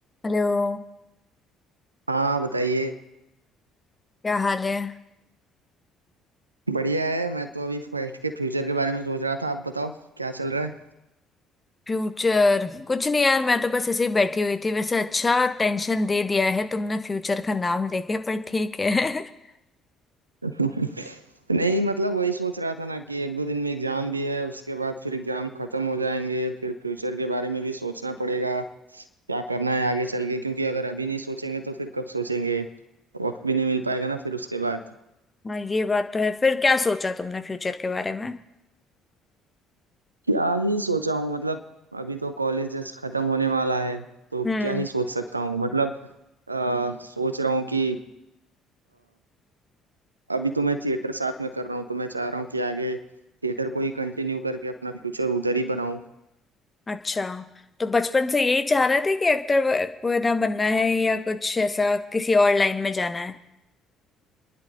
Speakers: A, on the left; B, on the right.
A: Hello
B: हाँ बताइए
A: क्या हाल है
B: बढ़िया है मैं तो अभी फर्स्ट के फ्यूचर के बारे में सोच रहा था आप बताओ क्या चल रहा है
A: फ्यूचर कुछ नहीं यार मैं तो बस ऐसे ही बैठी हुई थी वैसे अच्छा टेंशन दे दिया है तुमने फ्यूचर का नाम लेके पर ठीक है <laughs>
B: <laughs> नहीं मतलब वही सोच रहा था ना कि एक दो दिन में एग्जाम भी है उसके बाद फिर एग्जाम खत्म हो जाएंगे फिर फ्यूचर के बारे में भी सोचना पड़ेगा क्या करना है आगे चल के क्योंकि अगर अभी नहीं सोचेंगे तो फिर कब सोचेंगे वक्त भी नहीं मिल पाएगा ना फिर उसके बाद
A: हाँ ये बात तो है फिर क्या सोचा तुमने फ्यूचर के बारे में
B: क्या ही सोचा हूँ मतलब अभी तो कॉलेज जस्ट खत्म होने वाला है तो
A: हम्म
B: क्या ही सोच सकता हूँ मतलब अ, सोच रहा हूँ कि अभी तो मैं थिएटर साथ में कर रहा हूँ तो मैं चाह रहा हूँ कि आगे थिएटर को ही कंटिन्यू करके अपना फ्यूचर उधर ही बनाऊं
A: अच्छा तो बचपन से यही चाह रहे थे कि एक्टर वगैरह बनना है या कुछ ऐसा किसी और लाइन में जाना है